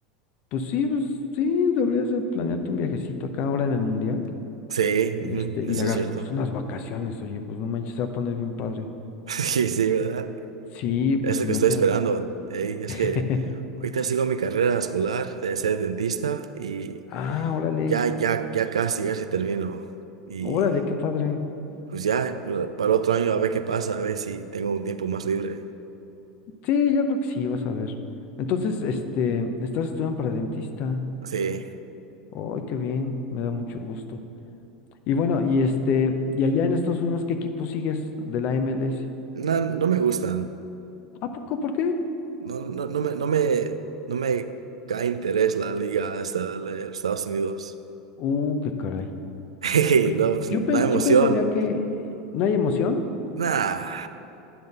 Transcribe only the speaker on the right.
Sí,
ujú,
eso
es cierto.
<laughs>
Sí, sí, ¿verdad?
Eso
que estoy esperando. Ey, es
que ahorita sigo mi carrera escolar de ser dentista y
ya, ya, ya casi, casi termino. Y
pues ya, pa- para el otro año a ver qué pasa, a ver si tengo un tiempo más libre.
Sí,
no, no me gustan.
No, no, no me, no me, no me cae interés la liga esta de los Estados Unidos.
<laughs> Hey,
no,
pues, no
hay emoción.
Nah.